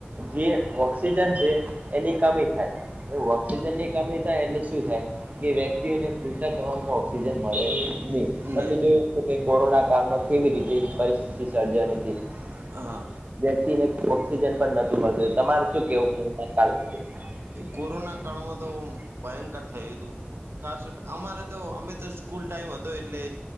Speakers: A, on the right; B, on the right.
A: જે ઓક્સિજન છે એની કમી થાય. એ ઓક્સિજન ની કમી થાય એટલે શું થાય કે વ્યક્તિઓને પુરતા પ્રમાણમાં ઓક્સિજન મળે નહી તમે
B: નહી
A: જોય કોરોના કામાં કેવી રીતે પરિસ્થિતિ સર્જાની હતી.
B: હા.
A: <unintelligible> ન પણ નથી મળતું તમારે શું કેવું? <unintelligible>
B: કોરોના કાળમાં તો ભયંકર થયું હતું ખાસ અમારે તો અમે તો સ્કૂલ ટાઈમ હતો એટલે